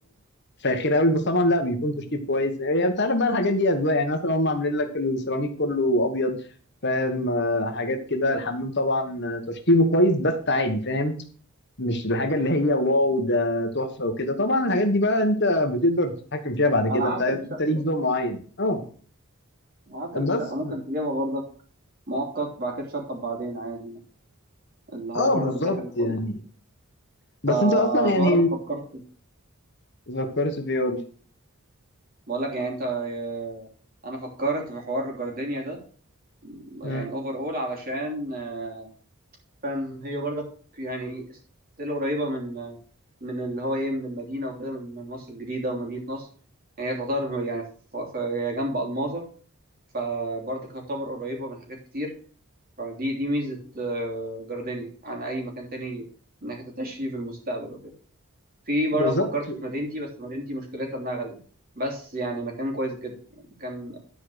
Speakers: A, on the left; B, on the right.
A: فاخر قوي بس طبعا لا بيكون تشطيب كويس يعني انت عارف بقى الحاجات دي اذواق يعني مثلا هم عاملين لك السيراميك كله ابيض فاهم آه، حاجات كده الحمام طبعا تشطيبه كويس بس عادي فاهم مش الحاجه اللي هي واو ده تحفه وكده طبعا الحاجات دي بقى انت بتقدر تتحكم فيها بعد كده
B: على
A: انت
B: حسب
A: عايز
B: الشقة
A: انت ليك ذوق معين اه
B: عطر الشقة
A: بس
B: ممكن تجيبها برضك مؤقت بعد كده تشطب بعدين عادي يعني. اللي هو
A: اه
B: برضك
A: بالظبط
B: دي حاجة كويسة
A: يعني بس
B: ف-
A: انت اصلا يعني
B: فبرضك فكرت
A: فكرت في ايه قول لي.
B: بقول لك يعني انت آه، انا فكرت في حوار الجاردينيا ده م-
A: مم.
B: يعني اوفر اول علشان آه، فاهم هي برضك يعني ستيل قريبة من آه، من اللي هو ايه من المدينة وكده من من مصر الجديدة ومدينة نصر يعني هي تعتبر يعني ف- ف- هي جنب ألماظة فبرضك تعتبر قريبة من حاجات كتير فدي دي ميزة آه، جاردينيا عن أي مكان تاني إنك أنت تعيش فيه في المستقبل وكده في برضه
A: بالظبط
B: فكرت في مدينتي بس مدينتي مشكلتها إنها غالية بس يعني مكان كويس جدا يعني مكان